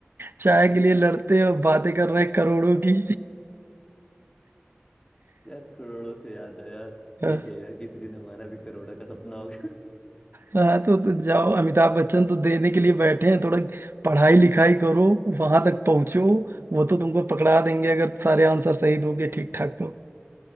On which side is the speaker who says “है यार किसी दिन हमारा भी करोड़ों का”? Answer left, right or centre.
Left